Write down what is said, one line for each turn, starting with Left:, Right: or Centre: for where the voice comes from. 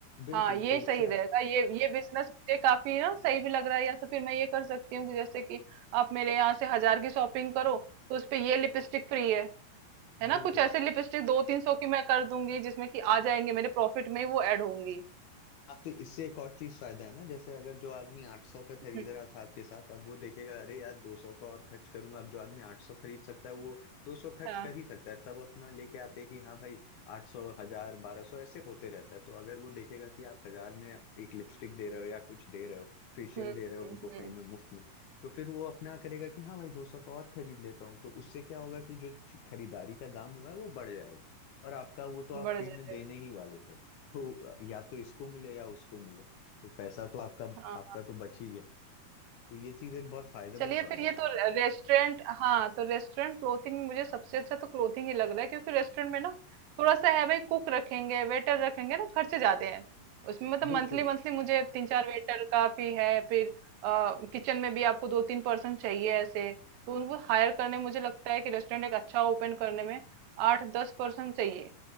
Left: बिल्कुल
Right: हाँ ये
Left: तो इससे
Right: सही
Left: आप
Right: रहेगा ये ये बिजनेस मुझे काफी ना सही भी लग रहा है या तो फिर मैं ये कर सकती हूँ कि जैसे कि आप मेरे यहाँ से हजार की शॉपिंग करो तो उस पे ये लिपस्टिक फ्री है है ना
Left: बिल्कुल
Right: कुछ ऐसे लिपस्टिक दो तीन सौ की मैं कर दूंगी जिसमें कि आ जाएंगे मेरे प्रॉफिट में ही वो ऐड होंगी
Left: हाँ तो इससे एक और चीज फायदा है ना जैसे अगर जो आदमी 800 का खरीद
Right: हम्म
Left: रहा था आपके साथ अब वो देखेगा अरे यार 200 का और खर्च करूंगा अब जो आदमी 800 खरीद सकता है वो 200 खर्च
Right: हाँ
Left: कर ही सकता है सब अपना लेके आते हैं कि हाँ भाई 800 हजार 1200 ऐसे होते रहता है तो अगर वो देखेगा कि आप हजार में एक लिपस्टिक दे रहे हो या कुछ दे रहे हो फेशियल
Right: हम्म हम्म
Left: दे रहे हो उनको
Right: हम्म,
Left: फ्री में मुफ्त में तो फिर वो अपना करेगा कि हाँ भाई 200 का और खरीद लेता हूँ तो उससे क्या होगा कि जो खरीदारी का दाम हुआ है वो बढ़ जाएगा और आपका वो तो आप
Right: बढ़
Left: फ्री
Right: जाए
Left: में देने ही वाले थे तो या तो इसको मिले या उसको मिले तो पैसा तो आपका
Right: हाँ।
Left: आपका तो बच ही गया तो ये चीज एक बहुत फायदेमंद
Right: चलिए
Left: सौदा
Right: फिर ये
Left: है
Right: तो रेस्टोरेंट हाँ तो रेस्टोरेंट क्लोथिंग मुझे सबसे अच्छा तो क्लोथिंग ही लग रहा है क्योंकि रेस्टोरेंट में ना थोड़ा सा है भाई कुक रखेंगे वेटर रखेंगे ना खर्चे ज्यादा हैं उसमें मतलब
Left: बिल्कुल
Right: मंथली मंथली मुझे तीन चार वेटर काफी है फिर किचन में भी आपको दो तीन पर्सन चाहिए ऐसे तो उनको हायर करने मुझे लगता है कि रेस्टोरेंट एक अच्छा ओपन करने में आठ दस पर्सन चाहिए